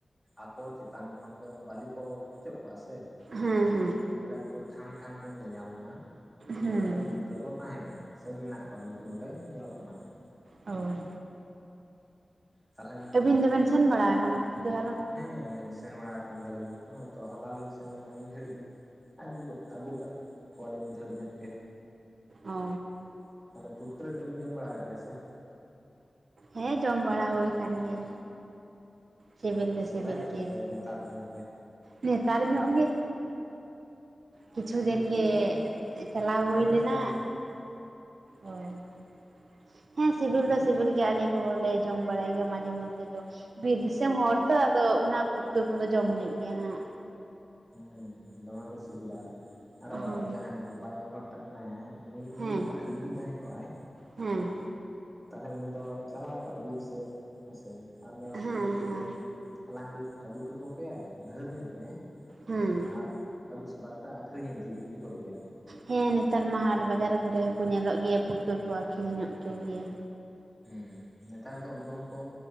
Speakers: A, in the centre; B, on the right.
A: ᱟᱠᱚ ᱪᱮᱛᱟᱱ ᱠᱷᱚᱱ ᱫᱚ ᱵᱟᱹᱞᱤ ᱠᱚ ᱚᱪᱚᱜ ᱠᱚᱜ-ᱟ ᱥᱮ
B: ᱦᱮᱸᱻ ᱦᱮᱸ᱾
A: ᱛᱟᱦᱚᱞᱮ ᱯᱩᱨᱟᱹ ᱴᱷᱟᱢ ᱴᱷᱟᱢ ᱠᱚ ᱧᱮᱞ ᱧᱟᱢᱚᱜ-ᱟ ᱡᱮ
B: ᱦᱮᱸ
A: ᱱᱚᱰᱮ ᱫᱚ ᱯᱚᱴ ᱠᱚ ᱛᱟᱦᱮᱸ ᱠᱟᱱᱟ ᱥᱮ ᱢᱮᱱᱟᱜ ᱠᱚᱣᱟ ᱱᱩᱠᱩ ᱱᱚᱰᱮ ᱧᱮᱞᱚᱜ ᱠᱟᱱᱟ ᱠᱚ᱾
B: ᱦᱳᱭ᱾
A: ᱛᱟᱦᱚᱞᱮ
B: ᱟᱹᱵᱤᱱ ᱫᱚᱵᱮᱱ ᱥᱮᱱ ᱵᱟᱲᱟ ᱟᱠᱟᱱᱟ ᱯᱩᱴᱠᱟᱹ ᱦᱟᱞᱟᱝ?
A: ᱦᱮᱸ ᱦᱮᱸ ᱥᱮᱱ ᱵᱟᱲᱟ ᱟᱠᱟᱱ ᱜᱮᱭᱟᱞᱤᱧ ᱱᱚᱜ-ᱚᱭ ᱛᱚ ᱦᱚᱞᱟ ᱞᱤᱧ ᱥᱮᱱ ᱞᱮᱱᱟ ᱢᱤᱫ ᱜᱷᱟᱹᱲᱤᱡ, ᱟᱹᱜᱩ ᱠᱟᱜ ᱟᱹᱜᱩ ᱠᱟᱜ ᱠᱚᱣᱟ ᱞᱤᱧ ᱫᱷᱮᱨ ᱧᱚᱜ ᱜᱮ,
B: ᱚ
A: <inaudible> ᱛᱟᱦᱚᱞᱮ ᱯᱩᱴᱠᱟᱹ ᱞᱮᱴᱟ ᱵᱤᱱ ᱡᱚᱢ ᱵᱟᱲᱟ ᱠᱟᱜ ᱜᱮᱭᱟ ᱥᱮ?
B: ᱦᱮᱸ ᱡᱚᱢ ᱵᱟᱲᱟ ᱦᱩᱭ ᱠᱟᱱ ᱜᱮᱭᱟ᱾ ᱥᱤᱵᱤᱞ
A: ᱟᱹᱰᱤ
B: ᱫᱚ
A: ᱥᱮᱫᱟᱭ
B: ᱥᱤᱵᱤᱞ
A: ᱨᱮ
B: ᱜᱮᱭᱟ
A: ᱥᱮ ᱱᱮᱛᱟᱨ ᱧᱚᱜ ᱜᱮ,
B: ᱱᱮᱛᱟᱨ ᱧᱚᱜ ᱜᱮ, ᱠᱤᱪᱷᱩ
A: ᱯᱩᱴᱠᱟᱹ
B: ᱫᱤᱱ ᱜᱮ
A: ᱞᱮᱴᱚ
B: ᱪᱟᱞᱟᱣ
A: ᱫᱚᱢᱮ
B: ᱦᱩᱭ ᱞᱮᱱᱟ᱾
A: ᱥᱤᱵᱤᱞᱟ
B: ᱚᱻ <inaudible> ᱦᱮᱸ ᱥᱤᱵᱤᱞ
A: ᱞᱟᱹᱭᱵᱤᱱ
B: ᱫᱚ ᱥᱤᱵᱤᱞ ᱜᱮᱭᱟ ᱟᱞᱮ ᱠᱚᱦᱚᱸ ᱞᱮ ᱡᱚᱢ ᱵᱟᱲᱟᱭ ᱜᱮᱭᱟ ᱢᱟᱡᱷᱮ ᱢᱚᱫᱽᱫᱷᱮ ᱫᱚ᱾ ᱵᱤᱨ ᱫᱤᱥᱚᱢ ᱦᱚᱲ ᱛᱚ ᱟᱫᱚ ᱚᱱᱟ ᱯᱩᱴᱠᱟᱹ ᱠᱚᱫᱚ ᱡᱚᱢ ᱦᱩᱭᱩᱜ ᱜᱮᱭᱟ ᱦᱟᱸᱜ᱾
A: ᱦᱮᱸ ᱫᱚᱢᱮ ᱠᱚ ᱥᱤᱵᱤᱞᱟ ᱟᱨᱚ
B: ᱦᱮᱸ
A: ᱡᱟᱦᱟᱸᱭ ᱵᱟᱵᱟ ᱟᱭᱳ ᱦᱚᱲ ᱴᱟᱜ ᱢᱮᱱᱟᱭᱟ ᱩᱱᱤ ᱩᱱᱤ
B: ᱦᱮᱸ
A: ᱡᱩᱫᱤ ᱵᱷᱟᱞᱤ ᱜᱮ ᱛᱟᱦᱮᱸ ᱠᱚᱜ-ᱟᱭ,
B: ᱦᱮᱸ᱾
A: ᱛᱟᱦᱚᱞᱮ ᱩᱱᱤ ᱫᱚ ᱪᱟᱞᱟᱣ ᱠᱚᱜ-ᱟᱭ ᱵᱤᱨ ᱥᱮᱫ ᱦᱮᱸᱥᱮ ᱟᱨ ᱢᱮᱨᱚᱢ
B: ᱦᱮᱸ
A: ᱜᱩᱯᱤ ᱜᱩᱯᱤ
B: ᱦᱮᱸ
A: ᱛᱮ, ᱦᱟᱞᱟᱝ ᱜᱮ ᱟᱹᱜᱩ ᱠᱮᱠᱚ ᱠᱮᱭᱟᱭ ᱫᱷᱟᱹᱨ ᱧᱚᱜ ᱜᱮ
B: ᱦᱮᱸ
A: ᱟᱨ ᱟᱹᱨᱩᱵ ᱥᱟᱵᱟ ᱠᱟᱛᱮᱫ ᱟᱹᱠᱷᱨᱤᱧ ᱤᱫᱤ ᱤᱫᱤ ᱠᱚᱜᱮᱭᱟ᱾
B: ᱦᱮᱸ ᱱᱮᱛᱟᱨ ᱢᱟ ᱦᱟᱴ ᱵᱟᱡᱟᱨ ᱠᱚᱨᱮ ᱦᱚᱸᱠᱚ ᱧᱮᱞᱚᱜ ᱜᱮᱭᱟ ᱯᱩᱴᱠᱟᱹ ᱠᱚ ᱟᱹᱠᱷᱨᱤᱧᱚᱜ ᱠᱚ ᱜᱮᱭᱟ᱾
A: ᱦᱩᱸ ᱱᱮᱛᱟᱨ ᱫᱚ ᱩᱱᱠᱩ ᱦᱚᱸᱠᱚ